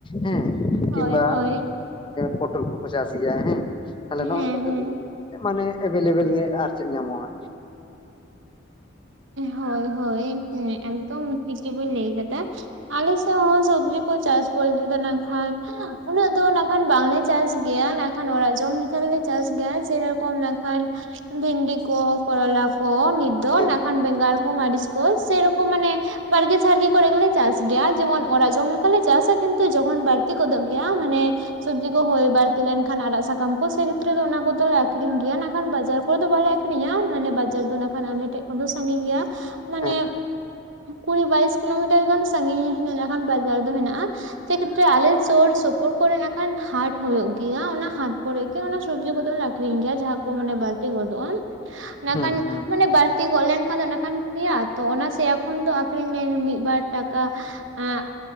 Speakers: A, on the left; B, on the right.
A: ᱦᱮᱸ ᱠᱤᱢᱵᱟ
B: ᱦᱳᱭ ᱦᱳᱭ
A: ᱯᱚᱴᱚᱞ ᱠᱚᱠᱚ ᱪᱟᱥ ᱜᱮᱭᱟ ᱦᱮᱸ ᱛᱟᱞᱦᱮ
B: ᱦᱮᱸ
A: ᱱᱚᱜ ᱱᱚᱝᱠᱟ ᱠᱟᱛᱮ
B: ᱦᱮᱸ
A: ᱢᱟᱱᱮ ᱮᱵᱮᱞᱮᱵᱮᱞ ᱜᱮ ᱟᱨ ᱪᱮᱫ ᱧᱟᱢᱚᱜ-ᱟ᱾
B: ᱦᱚᱭ ᱦᱚᱭ ᱦᱮᱸ ᱮᱠᱫᱚᱢ ᱴᱷᱤᱠ ᱜᱮᱵᱤᱱ ᱞᱟᱹᱭ ᱠᱟᱫᱟ ᱟᱞᱮ ᱥᱮᱜ ᱦᱚᱸ ᱥᱚᱵᱡᱤ ᱠᱚ ᱪᱟᱥ ᱵᱚᱞᱛᱮ ᱫᱚ ᱱᱟᱜᱠᱷᱟᱱ ᱩᱱᱟᱹᱜ ᱫᱚ ᱱᱟᱜᱠᱷᱟᱱ ᱵᱟᱝᱞᱮ ᱪᱟᱥ ᱜᱮᱭᱟ ᱱᱟᱜ ᱠᱷᱟᱱ ᱚᱲᱟᱜ ᱡᱚᱢ ᱞᱮᱠᱷᱟ ᱫᱚᱞᱮ ᱪᱟᱥ ᱜᱮᱭᱟ ᱥᱮᱨᱚᱠᱚᱢ ᱱᱟᱠᱷᱟᱱ ᱵᱷᱤᱱᱰᱤ ᱠᱚ, ᱠᱚᱨᱚᱞᱟ ᱠᱚ, ᱱᱤᱛ ᱫᱚ
A: ᱦᱮᱸ
B: ᱱᱟᱠᱷᱟᱱ ᱵᱮᱸᱜᱟᱲ ᱠᱚ ᱢᱟᱹᱨᱤᱪ ᱠᱚ ᱥᱮᱨᱚᱠᱚᱢ ᱢᱟᱱᱮ ᱵᱟᱨᱜᱮ ᱡᱷᱟᱨᱜᱮ ᱠᱚᱨᱮ ᱜᱮᱞᱮ ᱪᱟᱥ ᱜᱮᱭᱟ ᱡᱮᱢᱚᱱ ᱚᱨᱟᱜ ᱡᱚᱢ ᱞᱮᱠᱟᱞᱮ ᱪᱟᱥᱟ ᱠᱤᱱᱛᱩ ᱡᱚᱠᱷᱚᱱ ᱵᱟᱹᱨᱛᱤ ᱜᱚᱫᱚᱜ ᱜᱮᱭᱟ ᱢᱟᱱᱮ ᱥᱚᱵᱽᱡᱤ ᱠᱚ ᱦᱳᱭ ᱵᱟᱹᱨᱛᱤ ᱞᱮᱱᱠᱷᱟᱱ ᱟᱨᱟᱜ ᱥᱟᱠᱟᱢ ᱠᱚ ᱥᱮ ᱠᱷᱮᱛᱨᱮ ᱫᱚ ᱚᱱᱟ ᱠᱚᱫᱚᱞᱮ ᱟᱠᱷᱨᱤᱧ ᱜᱮᱭᱟ ᱱᱟᱜᱠᱷᱟᱱ ᱵᱟᱡᱟᱨ ᱠᱚᱨᱮ ᱫᱚ ᱵᱟᱞᱮ ᱟᱠᱷᱨᱤᱧᱟ ᱢᱟᱱᱮ ᱵᱟᱡᱟᱨ ᱫᱚ ᱱᱟᱠᱷᱟᱱ ᱟᱞᱮ ᱥᱟᱺᱜᱤᱧ ᱜᱮᱭᱟ ᱢᱟᱱᱮ
A: ᱦᱮᱸ
B: ᱠᱩᱲᱤ ᱵᱟᱭᱤᱥ ᱠᱤᱞᱳᱢᱤᱴᱟᱨ ᱜᱟᱱ ᱥᱟᱺᱜᱤᱧ <unintelligible> ᱵᱟᱡᱟᱨ ᱫᱚ ᱦᱮᱱᱟᱜ-ᱟ᱾ ᱥᱮ ᱠᱷᱛᱮᱨᱮ ᱟᱞᱮ ᱥᱳᱨ ᱥᱳᱯᱳᱨ ᱠᱚᱨᱮ ᱱᱟᱜ ᱠᱷᱟᱱ ᱦᱟᱴ ᱦᱳᱭᱳᱜ ᱜᱮᱭᱟ ᱚᱱᱟ ᱦᱟᱴ ᱠᱚᱨᱮᱜ ᱜᱮ ᱚᱱᱟ ᱥᱚᱵᱡᱤ ᱠᱚᱫᱚ ᱞᱮ ᱟ ᱟᱠᱷᱨᱤᱧ ᱜᱮᱭᱟ ᱡᱟᱦᱟᱸ ᱠᱚ ᱢᱟᱱᱮ ᱵᱟᱹᱲᱛᱤ ᱜᱚᱫᱚᱜ-ᱚ ᱚᱱᱟ
A: ᱦᱩᱸ
B: ᱠᱷᱟᱱ
A: ᱦᱩᱸ
B: ᱢᱟᱱᱮ ᱵᱟᱹᱲ ᱛᱤ ᱜᱚᱫ ᱞᱮᱱᱠᱷᱟᱱ ᱫᱚ ᱱᱟᱠᱷᱟᱱ ᱥᱮᱭᱟᱜ-ᱟ ᱛᱚ ᱚᱱᱟ ᱥᱮᱭᱟ ᱠᱷᱚᱱ ᱫᱚ ᱟᱠᱷᱨᱤᱧ <unintelligible> ᱢᱤᱫᱵᱟᱨ ᱴᱟᱠᱟ ᱟᱸᱜ